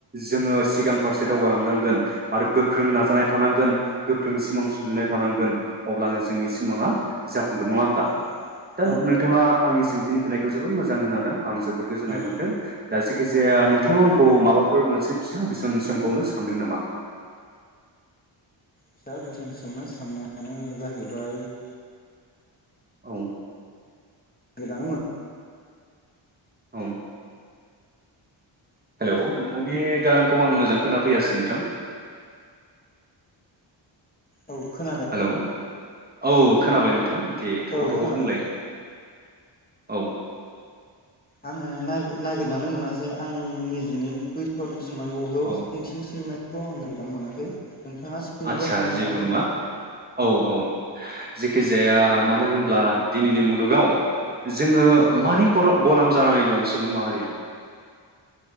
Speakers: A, on the right; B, on the left.
A: जोङो सिगां फारसे दावगालांनांगोन आरो गोख्रों नाजानाय थानांगोन गोख्रों सिमां सुजुनाय थानांगोन अब्लानो जोंनि सिमाङा जाफुंगोन नङा होमबा
B: औ
A: दा
B: औ
A: नोंथाङा आंनि सोंथिनि फैनायखौ जोबोद मोजां होनो हादों आं जोबोद गोजोननाय
B: औ औ
A: मोनदों दा जेखिजाया नोंथांङा आंखौ माबाफोर मोनसे फिसा कुइसन सोंबावनो सानदों नामा
B: फिसा गोसोम सोंनो साननायानो जाहैबाय <inaudible>
A: उम
B: बिदानो मोन
A: औ हेलौ नोंथांनि गारांखौ आं मोजां खोनाफैयासै नोंथां
B: औ खोनादों
A: हेलौ औ खोनाबाय नोंथां दे थग'
B: औ
A: थग'
B: खोनादों
A: बुंलाय औ
B: आङो नागि नागिरनानै मोनासै आं निजेनि कुइसन सोंनांगौखौ
A: औ
B: सोथिंनि सोंनाय खौ आं नागिरनानै मोनाखै नोंथाङा सोङोबा
A: आदसा
B: सोंनो
A: जेबो
B: हागोन
A: नङा औ औ जेखि जाया मानो होनब्ला दिनैनि मुलुगाव जोङो
B: औ
A: मानि खर गलाम जानानै दं सुबुं माहारिया